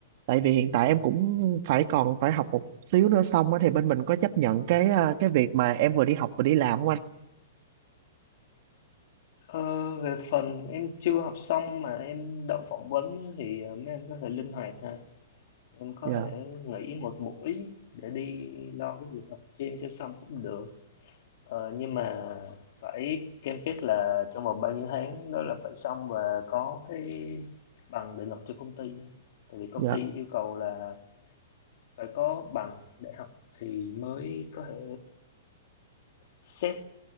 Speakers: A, on the right; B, on the left.
A: Tại vì hiện tại em cũng phải còn phải học một xíu nữa xong á thì bên mình có chấp nhận cái ờ, cái việc mà em vừa đi học vừa đi làm không anh?
B: Ờ, về phần em chưa học xong mà em đậu phỏng vấn á, thì ờ, mấy anh có thể linh hoạt ha. Em có
A: Dạ,
B: thể nghỉ một buổi để đi lo cái việc học cho em cho xong cũng được. Ờ, nhưng mà phải cam kết là trong vòng bao nhiêu tháng đó là phải xong và có cái bằng để nộp cho công ty. á. Tại vì công
A: dạ.
B: ty yêu cầu là phải có bằng đại học thì mới có thể xét